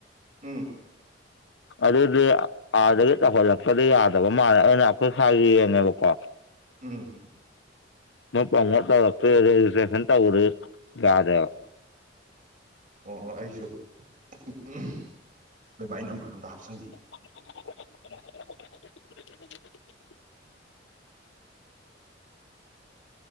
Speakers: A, on the right (about 45°); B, on the left (about 70°).
A: ꯎꯝ
B: ꯑꯗꯨꯗꯤ ꯑꯥꯗꯒꯤ ꯇꯧꯍꯜꯂꯛ ꯇꯔꯥꯗꯤ ꯌꯥꯗꯕ ꯃꯥꯜꯂꯦ ꯑꯩꯅ ꯑꯩꯈꯣꯏ ꯁꯥꯏꯒꯤ ꯌꯦꯡꯉꯦꯕꯀꯣ
A: ꯎꯝ
B: ꯃꯣꯏ ꯄꯔꯥꯃꯣꯠ ꯇꯧꯔꯛꯇꯔꯤ ꯔꯦꯒꯤꯁꯠꯇꯔꯦꯁꯟ ꯇꯧꯔꯤ ꯌꯗꯦꯕꯥ
A: ꯑꯣ ꯑꯣ ꯑꯩꯁꯨ <unintelligible> ꯑꯈꯣꯏ ꯃꯥ ꯅꯝꯕꯔꯗꯨ ꯑꯝꯇ ꯍꯥꯞꯆꯟꯒꯦ
B: <inaudible>